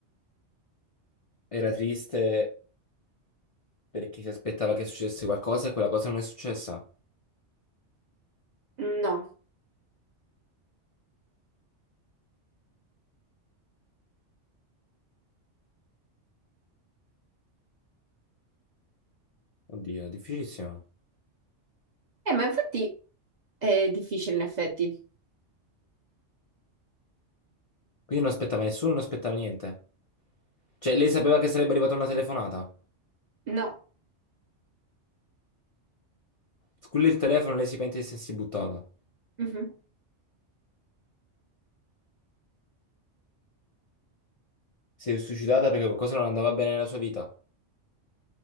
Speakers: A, on the left; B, on the right.
A: Era triste perché si aspettava che succedesse qualcosa e quella cosa non è successa.
B: no.
A: Oddio, difficilissimo.
B: Eh, ma infatti è difficile in effetti.
A: Quindi non aspettava nessuno, non aspettava niente. Cioè, lei sapeva che sarebbe arrivata una telefonata.
B: No,
A: Sculla il telefono, lei si pente di essersi buttata.
B: Mhm.
A: Si è suicidata perché qualcosa non andava bene nella sua vita.